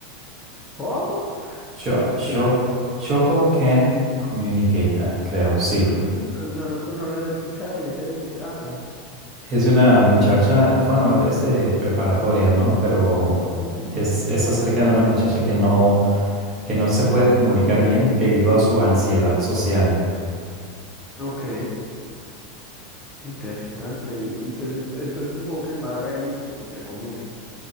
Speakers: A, on the left (about 20°); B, on the right (about 35°).
A: ¿Cómo?
B: Cho- Cho-
A: El-
B: Choco can't communicate, ah, creo, sí.
A: Ah, no, no lo, con- no lo había escuchado y ese de qué trata.
B: Es de una muchacha, es- bueno, es de preparatoria, ¿no? Pero
A: Ujú.
B: es, es acerca de una muchacha que no que no se puede comunicar bien debido a su ansiedad social.
A: Ok, interesante. Y pues ent- entonces supongo que es más realístico, entre comillas.